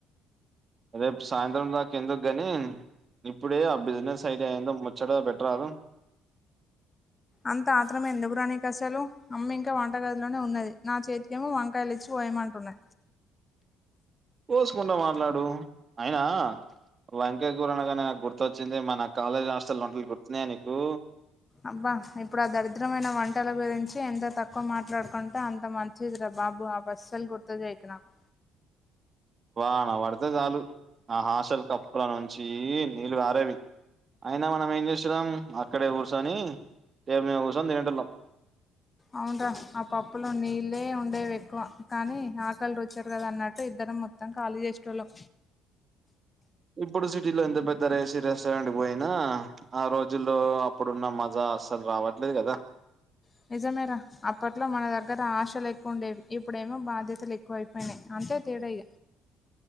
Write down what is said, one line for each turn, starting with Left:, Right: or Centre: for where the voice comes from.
Right: రేపు సాయంత్రం నాక ఎందుకుగానీ ఇప్పుడే ఆ బిజినెస్ ఐడియా అయిందో ముచ్చడ పేట రాదు
Left: అంత ఆత్రమే ఎందుకురా నీకు అసలు అమ్మ ఇంకా వంట గదిలోనే ఉన్నది నా చేతికి ఏమో వంకాయలు ఇచ్చు పోయమంటున్నా
Right: కోసుకుంటా మాట్లాడు అయినా వంకయ్య కూరనగానే నాకు గుర్తొచ్చింది మా నా కాలేజీ హాస్టల్ ఒంటలు గుర్తున్నాయా నీకు
Left: అబ్బా ఇప్పుడు ఆ దరిద్రమైన వంటల గురించి ఎంత తక్కువ మాట్లాడుకుంటే అంత మంచిది రబ్బా బాబు ఆ బస్సలు గుర్తు చేయకు నాకు
Right: వన పడితే చాలు ఆ హాస్టల్ కప్పుల నుంచి నీళ్ళు కరేవి అయినా మనం ఏం చేస్తున్నాం అక్కడే కూర్చొని టేబుల్ మీద కూర్చొని తినేటోళ్లం
Left: అవునరా ఆ పప్పులు నీళ్ళ ఉండేవి ఎక్కువ కానీ ఆకలి ర వచ్చారు కదా అన్నట్టు ఇద్దరు మొత్తం ఖాళీ చేసెటోళ్ళం
Right: ఇప్పుడు సిటీలో ఎంత పెద్ద రేసి రెస్టారెంట్ బొయినా ఆ రోజుల్లో అప్పుడున్న మజా అస్సలు రావట్లేదు గదా
Left: అ నిజమేరా అప్పట్లో మన దగ్గర ఆశలు ఎక్కువ ఉండేవి, ఇప్పుడేమో బాధ్యతలు ఎక్కువ అయిపోయినయ్ అన్. సో తేడా ఇగ